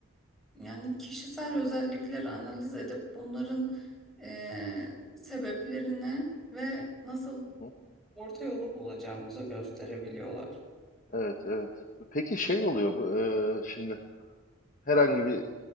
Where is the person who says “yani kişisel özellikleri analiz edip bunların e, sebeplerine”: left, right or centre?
Centre